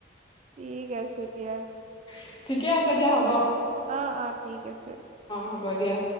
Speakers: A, on the right; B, on the left.
A: ঠিক আছে দিয়া
B: <unintelligible> ঠিকে আছে দিয়া হ'ব।
A: অ', -অ', ঠিক আছে।
B: হ'ব দিয়া